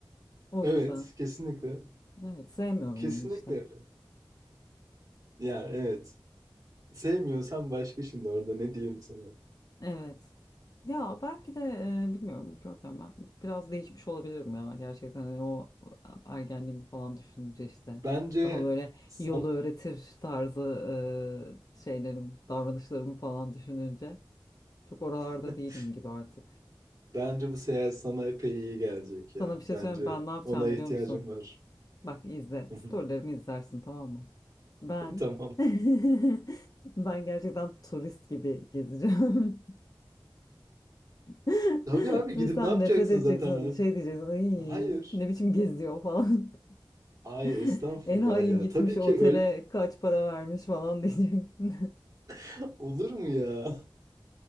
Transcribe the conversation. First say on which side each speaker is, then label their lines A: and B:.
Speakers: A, on the left (about 45°); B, on the right (about 40°).
A: O
B: Evet,
A: yüzden.
B: kesinlikle.
A: Evet sevmiyorum
B: Kesinlikle
A: onu işte.
B: öyle. Yani evet. Sevmiyorsan başka şimdi orada ne diyeyim sana.
A: Evet. Ya belki de e, bilmiyorum Görkem ben biraz değişmiş olabilirim ya gerçekten hani o ergenliğimi falan düşününce işte
B: Bence
A: daha böyle
B: san
A: yolu öğretir tarzı e, şeylerim davranışlarımı falan düşününce çok oralarda
B: <laughs>
A: değilim gibi artık.
B: Bence bu seyahat sana epey iyi gelecek ya.
A: Sana bir şey
B: Bence
A: söyleyeyim mi? ben ne yapacağım
B: ona ihtiyacım
A: biliyor musun?
B: var.
A: Bak izle.
B: <laughs>
A: Storylerimi izlersin tamam mı? Ben
B: Tamam.
A: <laughs> ben gerçekten turist gibi gezeceğim. <laughs>
B: Tabii abi
A: Ve
B: gidip
A: sen
B: ne yapacaksın
A: nefret edeceksin.
B: zaten abi?
A: Şey diyeceksin. Ay,
B: Hayır.
A: ne biçim geziyor falan.
B: Ay
A: <laughs>
B: estağfurullah
A: Enayi
B: ya.
A: gitmiş
B: Tabii
A: otele
B: ki öyle
A: kaç para vermiş falan diyeceksin. <laughs>
B: <laughs> olur mu ya? <laughs>